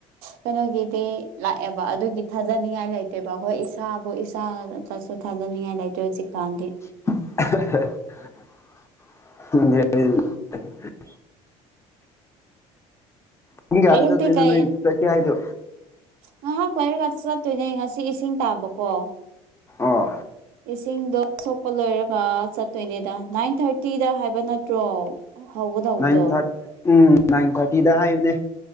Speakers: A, on the right; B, on the left.
A: ꯀꯩꯅꯣꯒꯤꯗꯤ ꯂꯥꯛꯑꯦꯕ ꯑꯗꯨꯒꯤ ꯊꯥꯖꯅꯤꯡꯉꯥꯏ ꯂꯩꯇꯣꯏꯕ ꯑꯩꯈꯣꯏ ꯏꯁꯥ ꯏꯁꯥꯗꯁꯨ ꯊꯥꯖꯅꯤꯡꯉꯥꯏ ꯂꯩꯇ꯭ꯔꯦ ꯍꯧꯖꯤꯛꯀꯥꯟꯗꯤ
B: <unintelligible> <inaudible> ꯄꯨꯡ ꯀꯌꯥꯗꯩ
A: ꯑꯌꯨꯛꯇꯤ
B: ꯆꯠꯇꯣꯏꯅꯣ
A: ꯀꯩ
B: ꯅꯣꯏ ꯆꯠꯀꯦ ꯍꯥꯏꯗꯣ
A: ꯉꯥꯏꯍꯥꯛ ꯋꯥꯏꯔꯒ ꯆꯠꯇꯣꯏꯅꯦ ꯉꯁꯤ ꯏꯁꯤꯡ ꯇꯥꯕꯀꯣ
B: ꯑꯣ
A: ꯏꯁꯤꯡꯗꯣ ꯁꯣꯛꯄ ꯂꯣꯏꯔꯒ ꯆꯠꯇꯣꯏꯅꯦꯗ ꯅꯥꯏꯟ ꯊꯥꯔꯇꯤꯗ ꯍꯥꯏꯕ ꯅꯠꯇ꯭ꯔꯣ ꯍꯧꯒꯗꯧꯕꯗꯣ
B: ꯅꯥꯏꯟ ꯊꯥꯔꯇꯤ ꯎꯝ ꯅꯥꯏꯟ ꯊꯥꯔꯇꯤꯗ ꯍꯥꯏꯕꯅꯦ